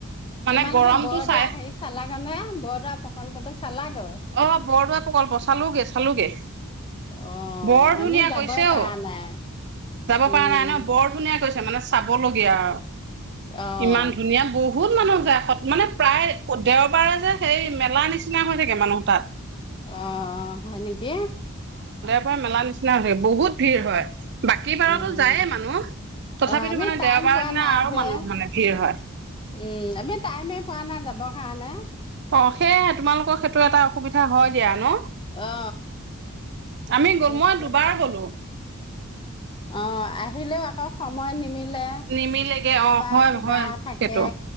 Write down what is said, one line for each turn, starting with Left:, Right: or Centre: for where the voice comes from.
Right: মানে
Left: তোমালোকে
Right: গৰমটো
Left: বৰদোৱা
Right: চাই
Left: হেৰি চালাগে নে বৰদোৱা প্ৰকল্পটো চালাগৈ
Right: অ বৰদোৱা পকল্প অ চালোগে চালোগে
Left: অ',
Right: বৰ
Left: আমি
Right: ধুনীয়া
Left: যাবই
Right: কৈছে
Left: পৰা
Right: অ
Left: নাই
Right: যাব
Left: উম,
Right: পৰা নাই ন বৰ ধুনীয়া কৈছে মানে চাব লগীয়া গ
Left: অ',
Right: <unintelligible> ইমান
Left: অ',
Right: ধুনীয়া বহুত মানুহ মানে প্ৰায় দেওবাৰে যে সেই মেলা নিচিনা হৈ থাকে াকে <unintelligible> মানুহ তাত
Left: আহ অ হয় নেকি
Right: ত মেলা নিচিনা হৈ বহুত ভিৰ হয় বাকী বাৰতো
Left: উম
Right: যায়ে মানুহ। তথাপিতো
Left: অ আমি
Right: মানে
Left: টাইম
Right: দেওবাৰৰ
Left: পোৱা
Right: দিনা
Left: নাই
Right: আৰু
Left: যে
Right: মানুহ মানে ভিৰ হয়।
Left: উম আমি টাইমে পোৱা নাই যাব ভ নে <unintelligible>
Right: অ সেয়হে তোমালোকৰ সেইটো এটা অসুবিধা হয় দিয় নো
Left: অ
Right: আমি
Left: তাৰপিছত
Right: গল মই দুবাৰ গলো
Left: অ আহিলেও আকৌ সময় নিমিলে
Right: নিমিলেগে
Left: কৰ'বাত
Right: অ', হয়
Left: কিবা
Right: হয়
Left: থাকে
Right: সেইটো।